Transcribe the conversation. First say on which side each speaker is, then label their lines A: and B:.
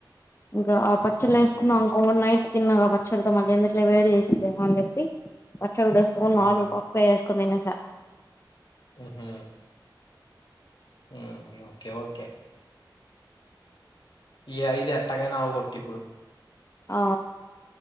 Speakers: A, on the left (about 35°); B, on the left (about 65°).
A: ఇంకా ఆ పచ్చళ్ళ
B: హ్మ్.
A: వేసుకున్నా అనుకో నైట్ తిన్నగా పచ్చడితో మళ్ళి ఎందుకులే వేడి చేసిందేమో అని చెప్పి పచ్చడి గూడా యేసుకోకుండా
B: హ్మ్.
A: నార్మల్ పప్పే యేసుకొని తినేసా
B: ఉమ్ హూ ఉమ్ ఓకే ఓకే ఈ ఐదు ఎట్టాగైనా అవగొట్టు ఇప్పుడు
A: ఆ